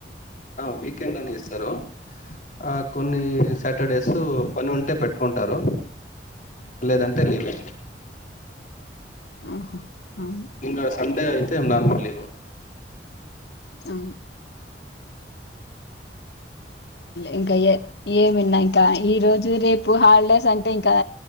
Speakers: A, on the left (about 45°); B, on the left (about 65°).
A: అ వీకెండ్ అనె ఇస్తరు ఆ కొన్నీ సాటర్డే సో పనుంటె పెట్కుంటరు లేదంటె లీవే
B: మ్ హ్ మ్
A: ఇంగ సండే ఐతె నార్మల్ లీవు
B: ఉ ఇంక ఎ ఏమున్న ఇంత ఈరోజు రేప్ పు హాలిడేస్ అంటే ఇంకా